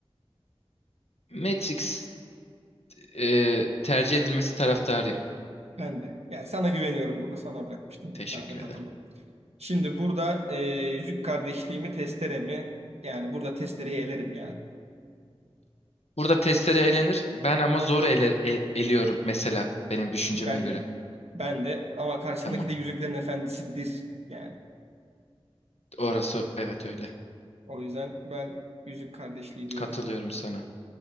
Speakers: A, on the left (about 85°); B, on the right (about 85°).
A: Matrix e, tercih edilmesi taraftarıyım.
B: Ben de. Yani sana güveniyorum. Burada sana bırakmıştım.
A: Teşekkür
B: Sana da katıldım.
A: ederim.
B: Şimdi burada e, yüzük kardeşliğimi testere mi? Yani burada testereyi elerim ya.
A: Burada testere elenir. Ben ama zor ele, e- eliyorum mesela benim düşünceme
B: Ben
A: göre.
B: de. Ben de. Ama karşısındaki
A: Tamam.
B: de Yüzüklerin Efendisi'dir. Yani.
A: Orası evet öyle.
B: O yüzden ben yüzük kardeşliği diyorum.
A: Katılıyorum sana.